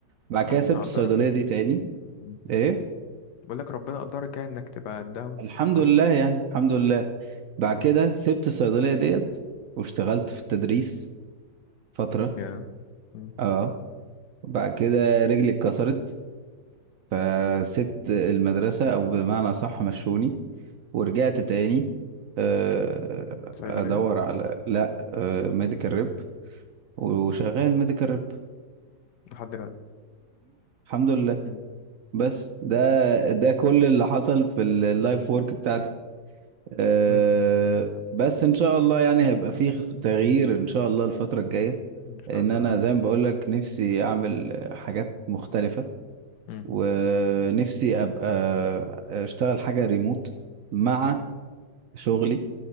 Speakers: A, on the right; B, on the left.
A: بعد كده
B: ربنا
A: سبت
B: قدرك
A: الصيدليه
B: إنك
A: دي تاني
B: مم.
A: ايه
B: بقول لك ربنا قدرك يعني إنك تبقى قدها وتتخلق
A: الحمد لله يعني الحمد لله بعد كده سبت الصيدليه ديت واشتغلت في التدريس فتره
B: يا مم.
A: اه بعد كده رجلي اتكسرت فسبت المدرسه او بمعنى اصح مشوني ورجعت
B: مم.
A: تاني آه،
B: صيدلية
A: ادور على لا ميديكال ريب وشغال ميديكال ريب
B: لحد دلوقتي
A: الحمد لله
B: مم.
A: بس ده ده كل اللي حصل في اللايف وورك بتاعتي أه
B: امم
A: بس ان شاء الله يعني هيبقى فيه تغيير ان شاء الله الفترة الجاية
B: ان شاء
A: ان
B: الله
A: انا زي ما بقول لك نفسي اعمل حاجات مختلفة
B: مم.
A: ونفسي ابقى اشتغل حاجة ريموت مع شغلي